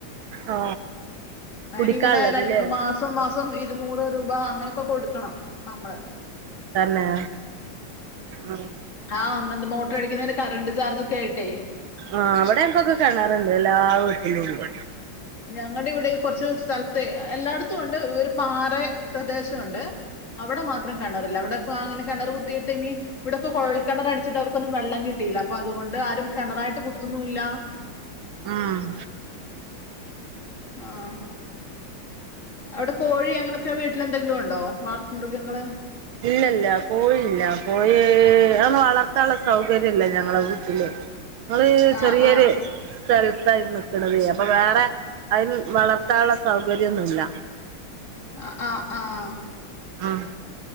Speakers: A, on the right (about 75°); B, on the left (about 35°).
A: ആ
B: അയിനിങ്ങനെ
A: കുടിക്കാനുള്ളതില്ലേ
B: രണ്ടു മാസ സം മാസം ഇരുന്നൂറ് രൂപ അങ്ങനൊക്കെ കൊടുക്കണം നമ്മള്
A: തന്നെ ഉം
B: ആഹ് മോട്ടറടിക്കുന്നതിന് കറണ്ട് ചാർജ് ഒക്കെ ആയിട്ടെ
A: ആഹ് ഇവിടെ എനക്കൊക്കെ കെണറുണ്ട് എല്ലാ വീട്ടിലുംണ്ട്
B: ഞങ്ങടെ ഇവിടെ ഈ കുറച്ച് സ്ഥലത്തെ എല്ലായിടത്തും ഒണ്ട് ഒരു പാറ പ്രദേശവൊണ്ട് അവിടെ മാത്രം കെണറില്ല അവിടെക്കെ അങ്ങനെ കിണറ് കുത്തിട്ട് എനി ഇവിടൊക്കെ കുഴൽ കിണർ അടിച്ചിട്ട് അവർക്കൊന്നും വെള്ളം കി ട്ടീല അപ്പൊ അതുകൊണ്ട് ആരും കിണറായിട്ട് കുത്തുന്നൂല്ല
A: ആഹ്
B: ആഹ് അവിടെ കോഴി അങ്ങനൊക് ക്കെ വീട്ടിലെന്തെങ്കിലും ഒണ്ടോ വളർത്തു മൃഗങ്ങള്
A: ഇല്ലല്ല കോഴില്ല കോഴി അതൊന്നും വളർത്താനുള്ള സൗകര്യല്ല ഞങ്ങളെ വീട്ടില് ങ്ങള്
B: ആ
A: ചെറിയൊര്
B: ആ
A: സ്ഥലത്താ ഈ നിക്കണത് അപ്പൊ വേറെ അതിൽ വളർത്താനുള്ള സൗകര്യോന്നുല്ല
B: ആഹ് ആഹ് ആഹ്
A: ആഹ്